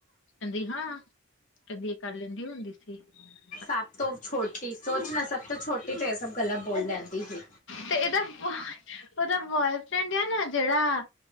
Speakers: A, on the left; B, on the left.
A: ਕਹਿੰਦੀ ਹਾਂ ਕਹਿੰਦੀ ਇਹ ਕਰ ਲੈਂਦੀ ਹੁੰਦੀ ਠੀਕ ਹੈ
B: ਸਭ ਤੋਂ ਛੋਟੀ ਸੋਚ ਨਾ ਸਭ ਤੋਂ ਛੋਟੀ ਤੇ ਇਹ ਸਭ ਗੱਲਾਂ ਬੋਲ ਲੈਂਦੀ ਸੀ
A: ਤੇ ਇਹਦਾ ਬੋਆਏ ਦਾ ਬੋਆਏਫਰੈਂਡ ਆ ਨਾ ਜਿਹੜਾ